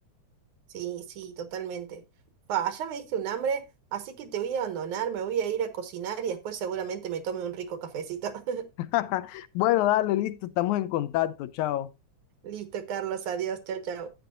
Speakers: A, on the right; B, on the left.
A: Sí, sí, totalmente. Pa, ya me diste un hambre, así que te voy a abandonar, me voy a ir a cocinar y después seguramente me tome un rico cafecito. <laughs>
B: <laughs> Bueno, dale, listo, estamos en contacto, chao.
A: Listo, Carlos, adiós, chao, chao.